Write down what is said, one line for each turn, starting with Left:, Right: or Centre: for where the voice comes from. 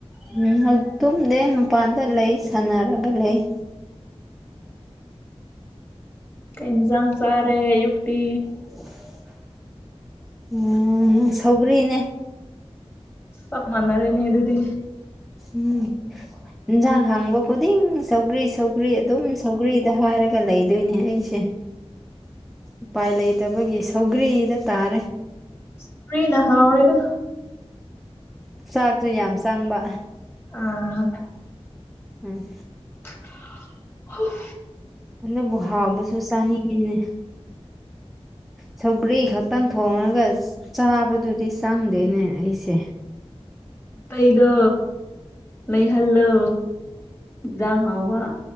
Centre: ꯎꯝ ꯍꯛ ꯇꯨꯝꯗꯦ ꯃꯄꯥꯟꯗ ꯂꯩ ꯁꯥꯟꯅꯔꯒ ꯂꯩ <inaudible>
Left: ꯀꯔꯤ ꯏꯟꯖꯥꯡ ꯆꯥꯔꯦ ꯑꯌꯨꯛꯇꯤ
Centre: <inaudible> ꯎꯝ ꯁꯧꯒ꯭ꯔꯤꯅꯦ
Left: ꯆꯞ ꯃꯥꯟꯅꯔꯦꯅꯦ ꯑꯗꯨꯗꯤ
Centre: ꯎꯝ ꯍꯦꯟꯖꯥꯡ ꯍꯪꯕ ꯈꯨꯗꯤꯡ ꯁꯧꯒ꯭ꯔꯤ ꯁ ꯁꯧꯒ꯭ꯔꯤ ꯑꯗꯨꯝ ꯁꯧꯒ꯭ꯔꯤꯗ ꯍꯥꯏꯔꯒ ꯂꯩ ꯗꯣꯏꯅꯦ ꯑꯩꯁꯦ ꯎꯄꯥꯏ ꯂꯩꯇꯕꯒꯤ ꯁꯧꯒ꯭ꯔꯤꯗ ꯇꯥꯔꯦ
Left: ꯁꯨꯒ꯭ꯔꯤꯅ ꯍꯥꯎꯔꯦꯗ
Centre: ꯆꯥꯛꯁꯨ ꯌꯥꯝ ꯆꯪꯕ
Left: ꯑꯥ
Centre: ꯎꯝꯍꯨꯝ
Left: <unintelligible>
Centre: ꯑꯗꯨꯕꯨ ꯍꯥꯎꯕꯁꯨ ꯆꯥꯅꯤꯡꯉꯤꯅꯦ ꯁꯧꯒ꯭ꯔꯤ ꯈꯛ ꯇꯪ ꯊꯣꯡꯉꯒ ꯆꯥꯕꯗꯨꯗꯤ ꯆꯪꯗꯦꯅꯦ ꯑꯩꯁꯦ
Left: ꯏꯇꯩꯗꯣ ꯂꯩꯍꯜꯂꯣ ꯏꯟꯖꯥꯡ ꯍꯥꯎꯕ